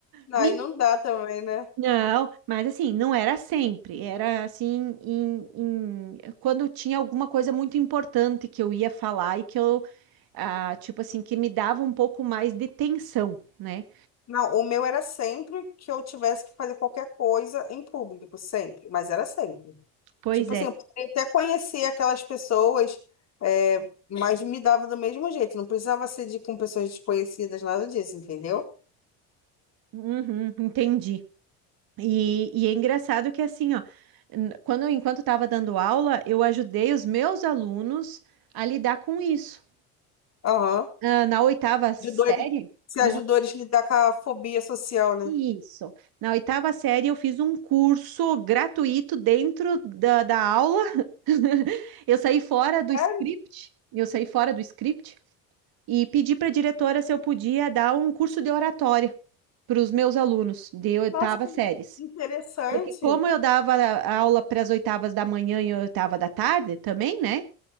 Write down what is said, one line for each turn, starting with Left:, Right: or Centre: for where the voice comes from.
Left: Não,
Right: Me-
Left: Aí não dá também, né?
Right: Não, mas assim, não era sempre. Era assim, em- em- quando tinha alguma coisa muito importante que eu ia falar e que eu, ah, tipo assim, que me dava um pouco mais de tensão, né?
Left: Não, o meu era sempre que eu tivesse que fazer qualquer coisa em público, sempre, mas era sempre.
Right: Pois
Left: Tipo
Right: é.
Left: assim, eu poderia até conhecer aquelas pessoas, é, mas me dava do mesmo jeito. Não precisava ser de, com pessoas desconhecidas, nada disso, entendeu?
Right: Uhum, entendi. E, e é engraçado que assim, ó, n- quando enquanto estava dando aula, eu ajudei os meus alunos a lidar com isso.
Left: Aham.
Right: Ah, na oitava série,
Left: Ajudou eles, se
Right: na,
Left: ajudou eles a lidar com a fobia social, né?
Right: isso. Na oitava série eu fiz um curso gratuito dentro da, da aula. <laughs> Eu saí fora do script,
Left: É,
Right: eu saí fora do script e pedi para a diretora se eu podia dar um curso de oratória para os meus alunos de oitava
Left: nossa,
Right: séries.
Left: interessante.
Right: Porque como eu dava a- aula para as oitavas da manhã e oitava da tarde também, né?